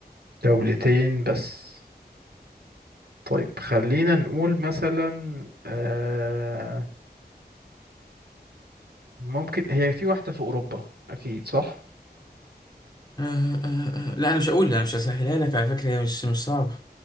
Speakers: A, on the right; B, on the left.
A: دولتين بس طيب خلينا نقول مثلا آه ممكن هي في واحدة في أوروبا أكيد صح
B: آه آه آه. آه. لا انا مش هقول انا مش هسهلها لك على فكره هي مش مش صعبه